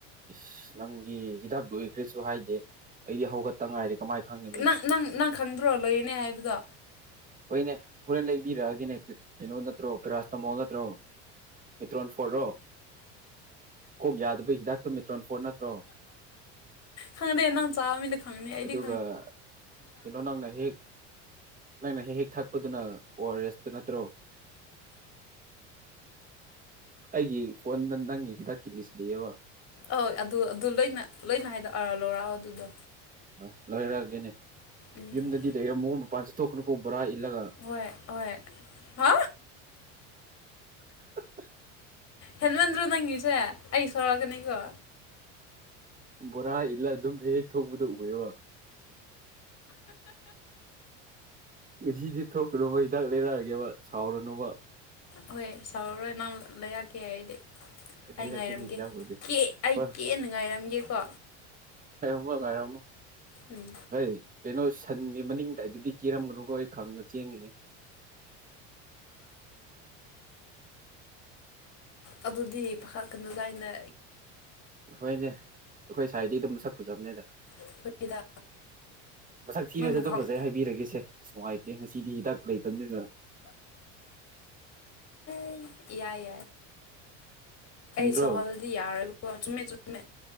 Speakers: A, on the right; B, on the left.
A: ꯏꯁꯁ ꯅꯪꯒꯤ ꯍꯤꯗꯥꯛꯇꯏꯈ꯭ꯔꯁꯨ ꯍꯥꯏꯗꯦ ꯑꯩꯗꯤ ꯍꯧꯒꯠꯇ ꯉꯥꯏꯔꯦ ꯀꯃꯥꯏꯅ ꯈꯪꯒꯅꯤ
B: ꯅꯪ ꯅꯪ ꯅꯪ ꯈꯪꯗ꯭ꯔꯣ ꯂꯣꯏꯔꯅꯦ ꯍꯥꯏꯕꯗꯣ
A: ꯍꯣꯏꯅꯦ ꯍꯣꯔꯦꯟ ꯂꯩꯕꯤꯔꯛꯑꯒꯦꯅꯦ ꯀꯩꯅꯣ ꯅꯠꯇ꯭ꯔꯣ ꯄꯦꯔꯥꯁ ꯇꯝꯃꯣ ꯅ꯭ꯔꯣ ꯭ꯔꯣ ꯃ꯭ꯔꯣꯅ ꯐꯣꯣꯔꯣ ꯀꯣꯛ ꯌꯥꯗꯕꯩ ꯍꯤꯗꯥꯛꯇ ꯃꯦꯇ꯭ꯔꯣꯟ ꯐꯣꯔ ꯅꯠꯇ꯭ꯔꯣ
B: ꯈꯪꯗꯦꯟꯅ ꯆꯥ ꯈꯪꯅꯦ ꯑꯩꯗꯤ
A: ꯑꯗꯨꯒ ꯀꯩꯅꯣ ꯅꯪꯅ ꯍꯦꯛ ꯅꯪꯅ ꯍꯦꯛ ꯍꯦꯛ ꯊꯛꯄꯗꯨꯅ ꯑꯣ ꯑꯥꯔ ꯑꯦꯁꯇꯨ ꯅꯠꯇ꯭ꯔꯣ ꯑꯩꯒꯤ ꯐꯣꯟꯗ ꯅꯪꯒꯤ ꯍꯤꯗꯥꯛ ꯀ ꯂꯤꯁꯂꯤꯑꯕ
B: ꯍꯣꯏ ꯑꯗꯨ ꯑꯗꯨꯣꯏꯅ ꯂꯣꯏꯅ ꯍꯥꯏꯔ ꯂꯧꯔꯛꯑꯣ ꯑꯗꯨꯗꯣ
A: ꯑ ꯂꯣꯏꯔꯛꯑꯒꯦꯅꯦ
B: ꯎꯝ
A: ꯌꯨꯝꯗꯗꯤ ꯂꯩꯔꯝꯃꯣ ꯃꯄꯥꯟ ꯆꯠꯊꯣꯛꯀꯅꯨꯀꯣ ꯕꯣꯔꯥ ꯏꯂꯒ
B: ꯍꯣꯏ ꯍꯣꯏ ꯍꯥ
A: <inaudible>
B: ꯍꯦꯜꯃꯦꯟꯗ꯭ꯔꯣ ꯅꯪꯉꯁꯦ ꯑꯩ ꯁꯣꯔꯛꯒꯅꯤꯀꯣ
A: ꯕꯣꯔꯥ ꯏꯜꯂ ꯑꯗꯨꯝ ꯍ ꯍꯦꯛ ꯊꯣꯛꯄꯗ ꯎꯑꯕ ꯁꯤꯗꯤ ꯊꯣꯛꯀꯅꯨꯕꯣꯏ ꯍꯤꯗꯥꯛ ꯂꯩꯔꯛꯑꯒꯦꯕ ꯁꯥꯎꯔꯅꯨꯕ
B: ꯍꯣꯏ ꯆꯥꯎꯔꯔꯣꯏ ꯅꯍꯪ ꯂꯩꯔꯛꯀꯦ ꯍꯥꯏꯔꯗꯤ
A: ꯂꯩꯔꯛꯀꯦꯅꯦ
B: ꯑꯩ ꯉꯥꯏꯔꯝꯒꯦ
A: ꯍꯤꯗꯥꯛꯄꯨꯗꯤ
B: ꯑꯩ
A: ꯍꯣꯏ
B: ꯀꯦꯟꯅ ꯉꯥꯏꯔꯝꯒꯦꯀꯣ
A: ꯑꯃ ꯉꯥꯏꯔꯝꯃꯣ
B: ꯎꯝ
A: ꯍꯣꯏ ꯀꯩꯅꯣ ꯁꯟꯒꯤ ꯃꯅꯤꯡꯗꯗꯨꯗꯤ ꯀꯤꯔꯝꯒꯅꯨꯀꯣ ꯑꯩ ꯈꯪꯅ ꯆꯦꯟꯉꯦ
B: ꯑꯗꯨꯗꯤ ꯄꯥꯈꯥ ꯀꯩꯅꯣꯖꯥꯏꯅ
A: ꯍꯣꯏꯅꯦ ꯑꯩꯈꯣꯏ ꯁꯥꯏꯗꯒꯤ ꯑꯗꯨꯝ ꯁꯛ ꯄꯨꯖꯕꯅꯦꯗ
B: ꯑꯩꯈꯣꯏꯒꯤꯗ
A: ꯃꯁꯛ ꯊꯤꯔꯁꯨ
B: ꯅꯪꯕꯨ
A: ꯑꯗꯨꯝ
B: ꯈꯪ
A: ꯐꯖꯩ ꯍꯥꯏꯕꯤꯔꯒꯦꯁꯦ ꯑꯁ ꯅꯨꯡꯉꯥꯏꯇꯦ ꯉꯁꯤꯗꯤ ꯍꯤꯗꯥꯛ ꯂꯩꯇꯅꯦꯒ
B: ꯏꯏ ꯌꯥꯏ
A: ꯆꯨꯝꯗ꯭ꯔꯣ
B: ꯑꯦ ꯆꯍꯜꯗꯤ ꯌꯥꯔꯣꯏꯔꯤꯕ ꯆꯃꯦ ꯆꯃꯦ